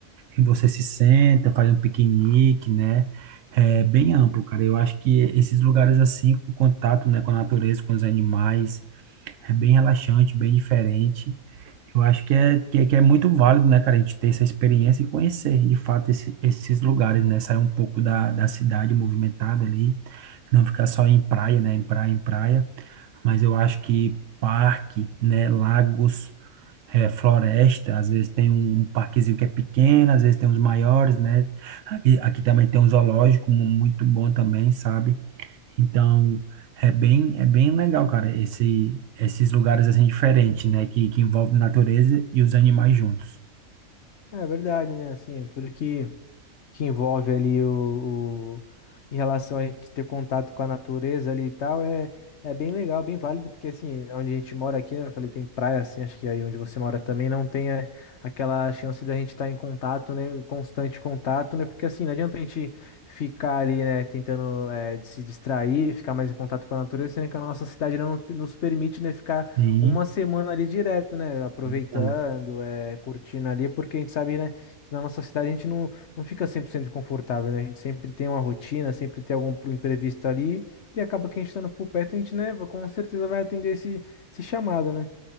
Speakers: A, on the right (about 70°); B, on the left (about 60°).
A: você se senta, faz um piquenique, né? É bem amplo, cara. Eu acho que esses lugares assim, com contato, né, com a natureza, com os animais é bem relaxante, bem diferente. Eu acho que é, que, é que é muito válido, né, cara, a gente ter essa experiência e conhecer, de fato, esse- esses lugares, né? Sair um pouco da, da cidade movimentada ali, não ficar só em praia, né? Em praia, em praia. Mas eu acho que parque, né? Lagos, eh, floresta, às vezes tem um um parquezinho que é pequeno, às vezes tem uns maiores, né? Aqui, aqui também tem um zoológico mu- muito bom também, sabe? Então, é bem, é bem legal, cara, esse, esses lugares assim diferentes, né? Que, que envolvem natureza e os animais juntos.
B: É verdade, né? Assim, é tudo que. que envolve ali o, o- em relação a gente ter contato com a natureza ali e tal, é, é bem legal, bem válido, porque assim, onde a gente mora aqui, né, eu falei, tem praia assim, acho que aí onde você mora também não tem é, aquela chance da gente estar em contato, né, constante contato, né, porque assim, não adianta a gente ficar ali, né, tentando é, de se distrair, ficar mais em contato com a natureza, sendo que a nossa cidade não nos permite, né, ficar
A: Sim,
B: uma semana ali direto, né, aproveitando,
A: verdade.
B: é, curtindo ali, porque a gente sabe, né, que na nossa cidade a gente não não fica 100% confortável, né? A gente sempre tem uma rotina, sempre tem algum pro imprevisto ali, e acaba que a gente estando por perto, a gente, né, com certeza vai atender esse, esse chamado, né?